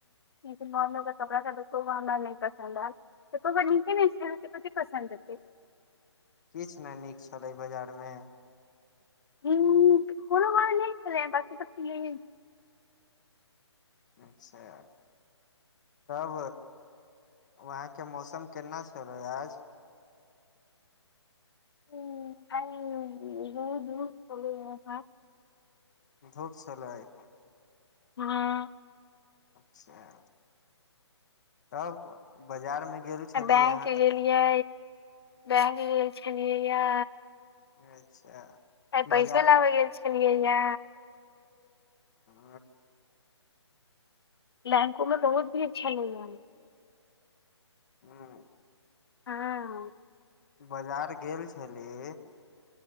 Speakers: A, on the left (about 55°); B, on the left (about 40°).
A: कपड़ा देख एको गो हमरा नहि पसन्द आयल त नचे पसन्द एतै
B: किछु ने नीक छलै बाजार में
A: ह कोनो बार ल छलै बाकी तऽ त ल
B: अच्छा यार तब वहाँके मौसम केना छलै आज
A: ह अइ हल
B: धूप सलाय
A: हं
B: अच्छा तब बाजारमे गेल छलियै
A: आ बैंक
B: अहाँ तऽ
A: गेलियै बैंक गेल छलियै या
B: अच्छा
A: आइ
B: बाजार
A: पैसो लाबै गेल छलियैए
B: आ
A: लैकों में बहुत भीड़ छलै एल है
B: हँ
A: हँ
B: बाजार गेल छलही